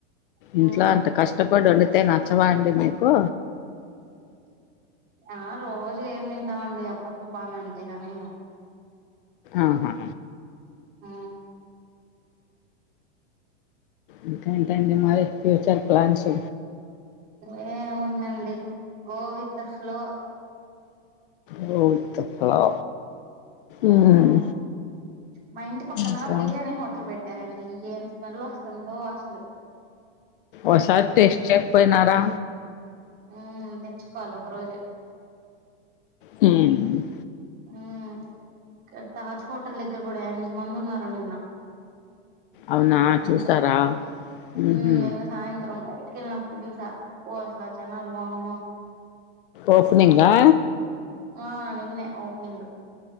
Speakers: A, on the right; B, on the left.
A: కదా
B: ఇంట్ల అంత కష్ కష్టపడి వండితే నచ్చవా అండి మీకు?
A: ఆ రోజు ఏం తింటామండీ అప్పుడప్పుడు బానే ఉంటాయి గానీ,
B: ఆహా
A: ఉ
B: ఇంకేంటండి మరి ఫ్యూచర్ ప్లాన్స్
A: ఏ ఏముందండి go with the flow
B: go with the flow
A: మ్
B: ఉమ్
A: మా ఇంటి పక్కన
B: ఇంకా
A: బిర్యానీ హోటల్ బెట్ పెట్టారండి ఏం స్మెల్ వస్తుందో అసలు
B: ఓసారి టెస్ట్ చెయ్యకపోయినారా
A: మ్ తెచ్చుకోవాలి ఒక రోజు
B: మ్
A: మ్ ఇక్కడ తాజ్ హోటల్ దగ్గర కూడ ఎంత మంది ఉన్నారో నిన్న
B: అవునా
A: సాయంత్రం.
B: చూసారా
A: మ్
B: ఉహు
A: నిన్న సాయంత్రం బయట తిన్నప్పుడు చూసా ఓ అసలు ఆ జనాలు వామ్మో
B: ఓపనింగ్ ఆ
A: ఆ నిన్నె ఓపెనింగ్.